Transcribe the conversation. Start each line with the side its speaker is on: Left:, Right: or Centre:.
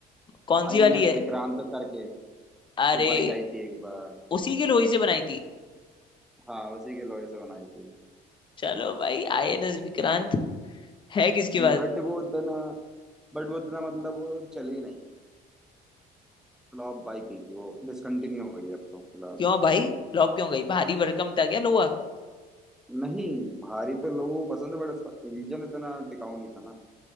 Left: कौन
Centre: आई
Left: सी वाली
Centre: एन एस
Left: है
Centre: विक्रांत करके
Left: अरे
Centre: जो बाइक आई थी एक बार
Left: उसी के लोही से बनाई थी
Centre: हाँ उसी के लोहे से बनाई थी
Left: चलो भाई आईएनएस विक्रांत है किसके पास
Centre: बट वो उतना बट वो उतना मतलब वो चली नहीं फ्लॉप बाइक ही थी वो डिसकंटिन्यू हो गई है अब तो फिलहाल
Left: क्यों भाई फ्लॉप क्यों गई भारी भरकम था क्या लोहा
Centre: नहीं भारी तो लोगों को पसंद है बट उसका इंजन इतना टिकाऊ नहीं था ना